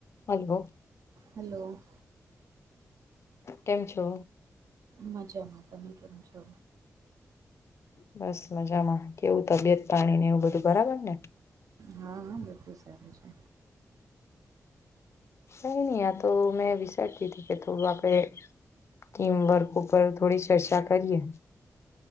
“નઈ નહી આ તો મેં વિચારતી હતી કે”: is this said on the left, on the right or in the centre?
Left